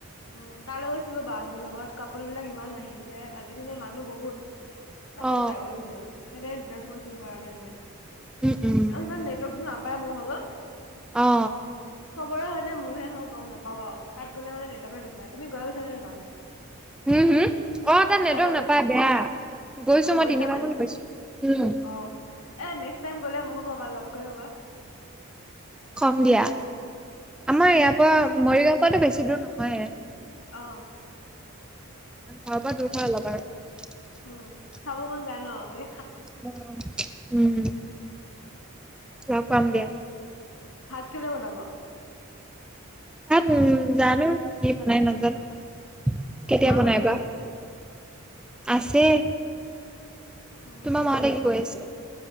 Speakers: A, on the left; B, in the centre.
A: উম, তালৈ গৈছিলো বা এজনীৰ লগত কাপ'লবিলাক ইমান আহিছে আজি মানে মানুহ বহুত। তাতে
B: অ
A: ওলাই গ'লো দিনত সেইকাৰণে দিনত ফোন চোন কৰা নাই মানে।
B: উম উম
A: আৰু ইমান নেটৱৰ্কতো নাপায় মোৰ ভাগৰ।
B: অ
A: চবৰে হয় নে মোৰহে হয় গম নাপাওঁ আৰু তাত গ'লে মানে নেটৱৰ্কে নেপায়। তুমি গৈ পাইছা নে তালে?
B: হম, হম? অ' তাত নেটৱৰ্ক
A: তালৈ
B: নাপায়
A: গৈ
B: বেয়া। গৈছো
A: অ গৈছানে
B: মই তিনিবাৰ মান গৈছো, উম।
A: অ এ নেক্সট টাইম গ'লে মোকো ক'বা লগ কৰি হ'বা।
B: কম দিয়া আমাৰ ইয়াৰ পৰা মৰিগাঁওৰ পৰা বেছি দূৰ নহয়ে।
A: অ'।
B: ঘৰৰ পৰা দূৰ হয় অলপ আৰু।
A: উম চাব মন যায় ন এ।
B: উম, উম, লগ পাম দিয়া।
A: ভাত কোনে বনাব?
B: তাত উম জানো কি বনাই নাজানো মই কেতিয়া
A: মাহত
B: বনাই
A: কি
B: বা।
A: কৰিছে?
B: আছেই,
A: উম,
B: তোমাৰ মাহঁতে কি কৰি আছে?